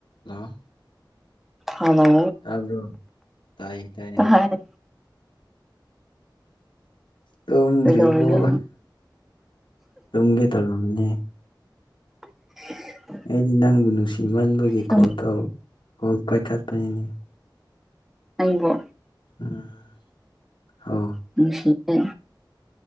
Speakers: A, on the left (about 85°); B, in the centre.
A: ꯍꯜꯂꯣ
B: ꯍꯅꯣ
A: ꯑꯗꯨꯣ ꯇꯥꯏ ꯇꯥꯏꯌꯦ
B: ꯍꯥꯏꯔꯦ
A: ꯇꯣꯗ꯭ꯔꯤꯕꯨ
B: ꯀꯩꯗꯧꯔꯤꯅꯣ
A: ꯇꯝꯦ ꯇꯂꯕꯅꯦ
B: <unintelligible>
A: ꯑꯩꯗꯤ ꯅꯪꯕꯨ ꯅꯨꯡꯁꯤꯃꯟꯕꯒꯤ
B: ꯁꯨꯝ
A: ꯀꯣꯜ ꯇꯧ ꯀꯣꯜ ꯄꯥꯏꯈꯠꯄꯅꯤꯅꯦ
B: ꯑꯩꯕꯣ
A: ꯎꯝ ꯍ
B: ꯃꯤꯅꯨꯡꯁꯤꯦ